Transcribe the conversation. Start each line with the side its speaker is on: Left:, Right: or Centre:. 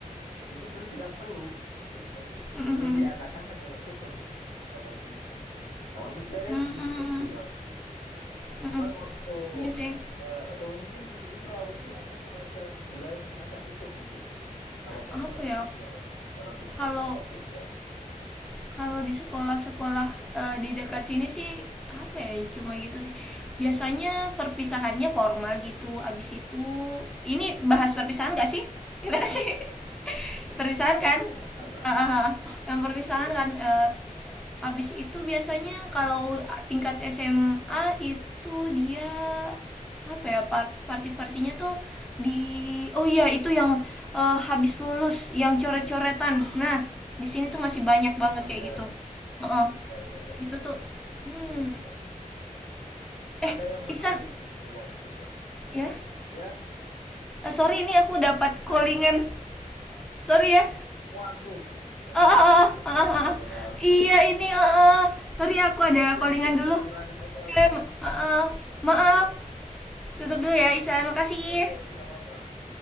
Left: itu sebenarnya tidak perlu gitu dan
Centre: Mm-mm.
Left: cenderung diadakan hanya untuk keuntungan beberapa pihak gitu kalau menurut saya lihat
Centre: Mm-mm.
Left: gitu sih Alfi
Centre: Mm-mm.
Left: Cuman waktu
Centre: Ini sih
Left: eh, atau mungkin di, di Sulawesi ada semacam budaya yang semacam itu mungkin kalau pengamatanmu
Centre: apa ya?
Left: gimana tuh dalam dunia
Centre: Kalau
Left: pendidikan kita
Centre: Kalau di sekolah-sekolah eh, di dekat sini sih apa ya cuma gitu sih. Biasanya perpisahannya formal gitu. Abis itu ini bahas
Left: Iya,
Centre: perpisahan gak sih? Gimana sih? <laughs>
Left: Iya, nggak
Centre: perpisahan
Left: masalah,
Centre: kan?
Left: nggak masalah
Centre: Ah, ah, ah. yang perpisahan
Left: iya
Centre: kan eh, Abis itu biasanya kalau tingkat SMA itu dia apa ya part- party-partinya tuh di oh iya itu yang eh, habis lulus yang coret-coretan. Nah, di sini tuh masih banyak banget
Left: oh
Centre: kayak
Left: iya
Centre: gitu. Heeh.
Left: iya iya iya
Centre: Itu
Left: iya
Centre: tuh hmm.
Left: iya iya. iya.
Centre: Eh,
Left: ada yang
Centre: Ihsan,
Left: menarik itu waktu perpisahan
Centre: ya.
Left: ya
Centre: Eh, sorry ini aku dapat callingan.
Left: ada yang menarik
Centre: Sorry ya.
Left: waduh aduh
Centre: Eh, eh,
Left: lagi seru-serunya
Centre: eh, eh, eh. eh.
Left: padahal
Centre: iya ini eh, eh. sorry aku ada
Left: Siap,
Centre: callingan
Left: siap,
Centre: dulu.
Left: siap. Dilanjut aja.
Centre: Oke,
Left: Oke.
Centre: eh, eh. maaf.
Left: Ya,
Centre: Tutup dulu ya Isa, makasih.
Left: Oke, oke, nggak apa-apa.